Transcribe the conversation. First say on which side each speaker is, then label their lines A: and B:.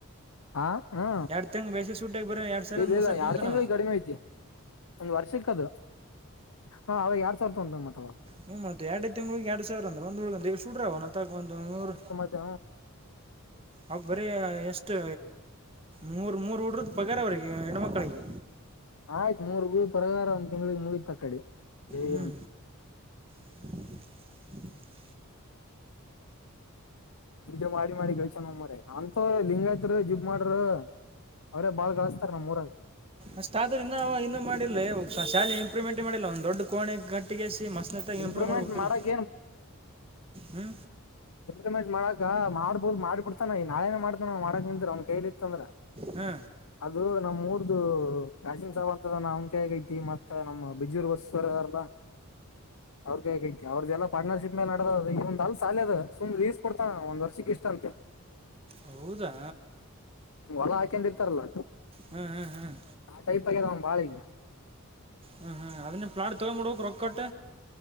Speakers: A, on the left; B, on the right.
A: ಹಾ ಹಾ
B: ಎರಡ್ ತಂಗ ಬೇಸ ಸೂಟಾಗಿ ಬರ ಎರಡ್ ಸಾವಿರಂದ
A: ಇಲ್ಲ
B: ಮೂರ್
A: ಇಲ್ಲ
B: ಸಾವಿರ
A: ಎರಡ್
B: ತಗತನ
A: ತಿಂಗಳಿಗೆ ಕಡಿಮೆ ಐತಿ ಒಂದ್ ವರ್ಷಕ್ಕ ಅದು ಹ ಅವಾಗ ಯಾರ್ ಸಾವಿರದಂತ ಮತ ಅವಾಗ
B: ಹ್ಮ್ ಮತ್ತೆ ಎರಡುಐ ತಿಂಳಗ್ ಎಡ್ ಸಾವಿರ ಅಂದ್ರ ಒಂದ ಹುಳಗ ಅ ಈಗ ಶುಡ್ರ ಅವ ಅತ್ತಕ್ ಒಂದು ನೂರು
A: ತ್ತ
B: ಅವ ಬರೀ ಎಷ್ಟು ಮೂರ್ ಮೂರ್ ಹಡ್ರದ ಪಗಾರ ಅವ್ರಿಗೆ ಹೆಣ್ಮಕ್ಕಳಿಗೆ
A: ಆಯ್ತು ಮೂರು ಬಿ ಪ್ರರಕಾರಾರ ಒಂದ್ ತಿಂಗಳಿಗೆ ಮುಗಿತ ಕಡೆ ಜೈ
B: ಹ್ಞೂ
A: ಅಂತ
B: <unintelligible>
A: ನಿಜೆ ಮಾಡಿ ಗಳಸನ್ ಮ್ರ ಅಂತವ ಲಿಂಗಯತ್ ಜಿಬ್ ಮಾಡ್ರ ಅವ್ರೇ ಬಾಳ್ ಕಳಸ್ತಾರ ನಮ್ಮೂರಾಗ
B: ಅಷ್ಟ ಆದ್ರೂ ಇನ್ನು ಇನ್ನುೂ ಮಾಡಿಲ್ಲ ಶಾಲೆ ಇಂಪ್ರೂವ್ಮೆಂಟ್ ಮಾಡಿಲ್ಲ ಒಂದಂದು ದೊಡ್ಡ ಕೋಣೆಗೆಟ್ಟ ಒಟ್ಟಿಗೆಸಿ ಮಸ್ನೆತ್ತ
A: ಇಂಪ್ರೂವ್ಮೆಂಟ್
B: ಇಂಪ್ರೂವ್ ಮಾಡ್ಬೇಕಿಲ್ಲ
A: ಮಾಡಕ್
B: ಹ್ಮ
A: ಇಂಪಲಿಮೆಂಟ್ ಮಾಡಕ ಮಾಡ್ಬೋದು್ ಮಾಡಿಬಿಡ್ತಾನ ಈ ನಾಳೆನ ಮಾಡ್ತಾನ ಮಾಡಕ್ ನಿಂದ್ರ ಅವ್ನ್ ಕೈಲಿ ಇತ್ತಂದ್ರ
B: ಹ್ಮ
A: ಅದು ನಮ್ಮ್ೂಊರ್ದು ಕಾಜಿಮ ಸಾವ್ ಅಂತದ ನ ಅವನ್ಕಾಯಗ ಐತಿ ಮತ್ತ ನಮ್ಮ್ ಬಿಜೂರ್ ಬಸ್ಸವರಾರಲ್ಲ ಅವ್ರಗ ಹೇೈಐತಿ ಅವ್ರದದೆಲ್ಲ ಪಾರ್ಟನರ್ಶಿಪ್ ಮೇಲೆಡದ ಈ ಒಂದು ಅಲ್ ಸಾಲ ಅ ಸು್ ಲೀಸ್ ಕೊತ ಒಂದ ವರ್ಕ್ ಇಷ್ಟ ಅಂತೆ
B: ಹೌದಾ
A: ಹೊಲ ಹಾಕೊಂಡಿರ್ತಾರಲ್ಲ
B: ಹ್ಮ್ ಹ್ಮ್ ಹ್ಮ್
A: ಆ ಟೈಪ ಆಗದ ಬಾಳಿಗೆ
B: ಹ್ಮ ಹ್ಮ್ ಅದನ್ನ ಪ್ಲಾಟ್ ತೊಗೊಂಡಂಬಡ್ಬೇಕಕ್ ರೊ ಕೊಟ್ಟ